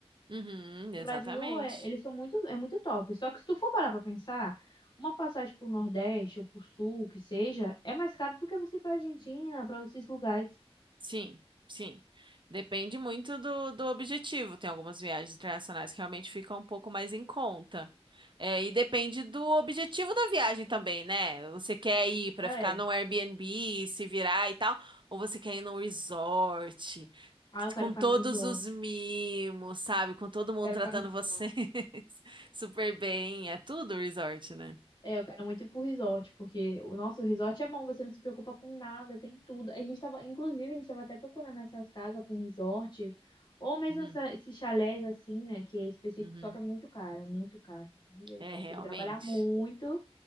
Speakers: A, on the right; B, on the left.
A: Uhum, exatamente.
B: do Brasil, é, eles são muito, é muito top. Só que se tu for parar pra pensar, uma passagem pro Nordeste ou pro Sul, que seja, é mais caro do que você ir pra Argentina, pra esses lugares.
A: Sim, sim. Depende muito do, do objetivo. Tem algumas viagens internacionais que realmente ficam um pouco mais em conta. É, e depende do objetivo da viagem também, né? Você quer ir para
B: É,
A: ficar num Airbnb, se virar e tal, ou você quer ir num resort,
B: Ah, eu quero
A: com
B: ficar
A: todos
B: no resort.
A: os mimos, sabe? Com todo mundo
B: Quero
A: tratando
B: ficar no
A: você
B: resort.
A: <laughs> super bem. É tudo resort, né?
B: É, eu quero muito ir pro resort, porque o nosso resort é bom, você não se preocupa com nada, tem tudo. A gente tava, inclusive, a gente tava até procurando essas casas com resort, ou mesmo
A: Uhum,
B: essa- esses chalés assim, né, que é específico,
A: uhum.
B: só que é muito caro, muito caro. Misericórdia,
A: É, realmente.
B: tem que trabalhar muito